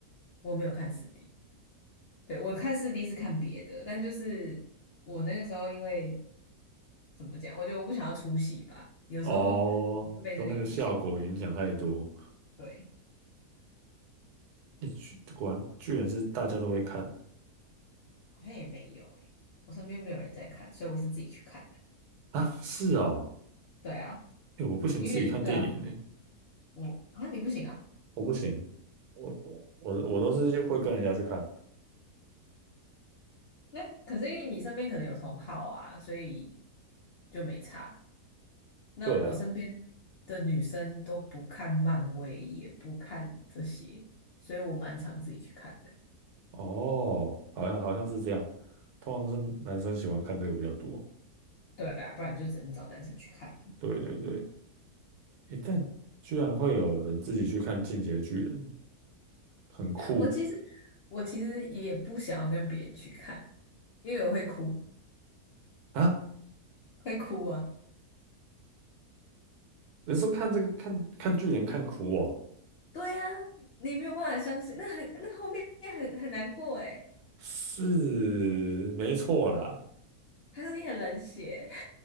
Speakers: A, on the left; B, on the right.
A: 我没有看四 D，对，我看四 D 是看别的，但就是我那个时候因为怎么讲，我觉得我不想要出戏吧，有时候
B: 哦，
A: 会被那个影响。
B: 都那个效果影响太多。
A: 对。
B: 诶，居果然居然是大家都会看
A: 好像也没有诶、我身边没有人在看，所以我是自己去看的。
B: 啊！是哦，
A: 对啊，
B: 诶，我不行自己看电影呢，
A: 因为对啊，我啊你不行啊，
B: 我不行，我我我都是会跟人家去看。
A: 那可是因为你身边可能有同好啊，所以就没差。那我身边
B: 对啊，
A: 的女生都不看漫威，也不看这些，所以我蛮常自己去看的。
B: 哦，好像好像是这样，通常都是男生喜欢看这个比较多。
A: 对啊，不然就只能找男生去看了。
B: 对对对，诶，但居然会有人自己去看《进击的巨人》，很酷
A: 我其实我其实也不想要跟别人去看，因为我会哭，
B: 啊！
A: 会哭啊。
B: 人说看这个看看巨人看哭哦，
A: 对啊，你没有办法相信，那很那后面很很难过诶，
B: 是没错啦。
A: 还是你很冷血？